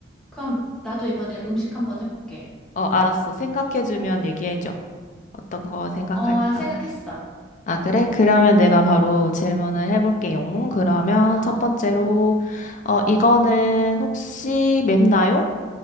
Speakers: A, in the centre; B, on the left.
A: 그럼 나도 이번에 음식 한번 해볼게.
B: 어, 알았어. 생각해주면 얘기해줘. 어떤 거 생각할까?
A: 어, 생각했어.
B: 아, 그래? 그러면 내가 바로 질문을 해볼게요. 그러면
A: 아,
B: 첫 번째로, 어, 이거는 혹시 맵나요?